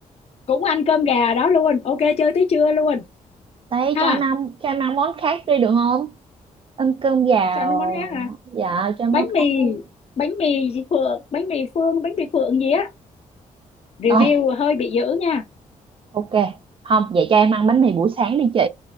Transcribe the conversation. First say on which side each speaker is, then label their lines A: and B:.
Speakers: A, on the left; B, on the right.
A: cũng ăn cơm gà đó luôn ok chơi tới trưa luôn
B: đấy
A: ha
B: cho em ăn cho em ăn món khác đi được không ăn cơm gạo
A: cho nó món khác
B: rồi dạ cho em
A: bánh
B: món
A: mì
B: khác luôn
A: bánh mì gì phượng bánh mì phương bánh mì phượng gì á review
B: rồi
A: hơi bị dữ nha
B: ok không vậy cho em ăn bánh mì buổi sáng đi chị